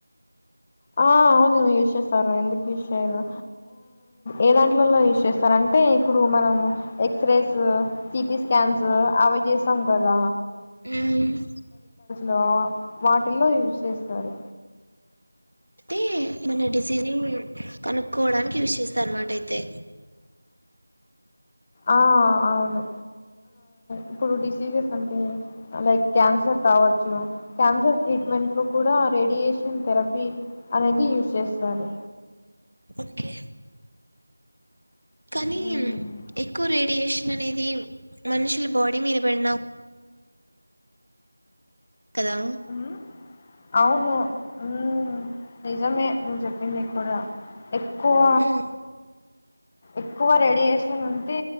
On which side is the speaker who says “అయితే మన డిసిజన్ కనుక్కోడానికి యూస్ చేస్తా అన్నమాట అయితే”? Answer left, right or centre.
Right